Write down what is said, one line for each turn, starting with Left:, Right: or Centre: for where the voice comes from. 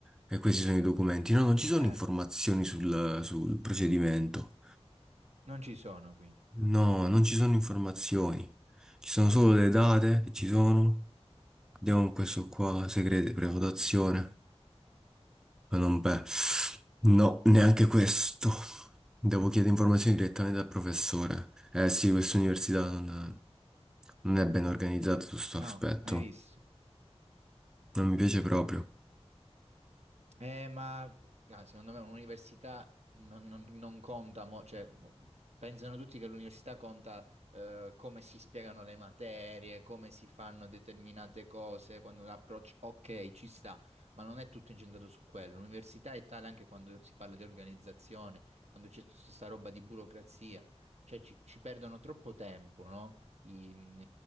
Centre: e questi sono i documenti. No, non ci sono
Right: Eh,
Centre: informazioni sul, sul procedimento.
Right: non ci sono quindi,
Centre: No, non ci sono informazioni, ci sono solo le date che ci sono. Andiamo con questo qua, segrete, prenotazione. Ma non beh. No, neanche questo. Devo chiedere informazioni direttamente dal professore. Eh sì, questa università non, non è ben organizzata su questo aspetto.
Right: no, hai visto?
Centre: Non mi piace proprio.
Right: Eh, ma ah, secondo me un'università non, non- non conta, mo- cioè, pensano tutti che l'università conta eh, come si spiegano le materie, come si fanno determinate cose, quando l'approccio, ok, ci sta, ma non è tutto incentrato su quello. L'università è tale anche quando si parla di organizzazione, quando c'è tutta questa roba di burocrazia, cioè ci, ci perdono troppo tempo, no? I- mm,